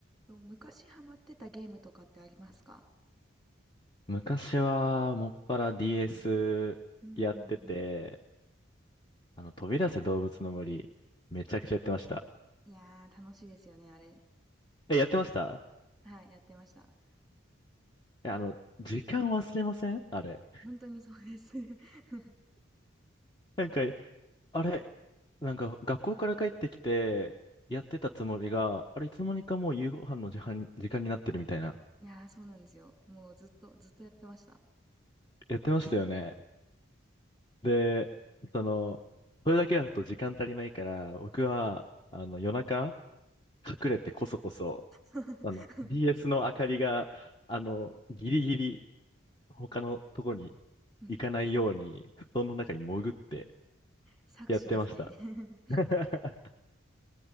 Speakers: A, in the centre; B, on the left.
A: と、昔ハマってたゲームとかってありますか
B: 昔は、もっぱら DS
A: うんうんう
B: やってて、
A: ん。
B: あの、飛び出せ動物の森、めちゃくちゃやってました。
A: いやー、楽しいですよね、あれ。
B: え、やってました
A: はい、やってました。
B: え、あの、時間忘れませんあれ。
A: 本当にそうです。<laughs>
B: なんか、あれ、なんか、学校から帰ってきて、やってたつもりが、あれ、いつの間にかもう夕ご飯の時間、時間になってるみたいな。
A: いやー、そうなんですよ。もうずっと、ずっとやってました。
B: やってましたよね。で、その、それだけだと時間足りないから、僕は、あの、夜中、隠れてこそこそ、
A: <laughs>
B: あの、BS の明かりが、あの、ギリギリ他のとこに行かないように、
A: うん
B: 布団の中に潜って
A: 作詞ですね。
B: やってました。
A: <laughs>
B: <laughs>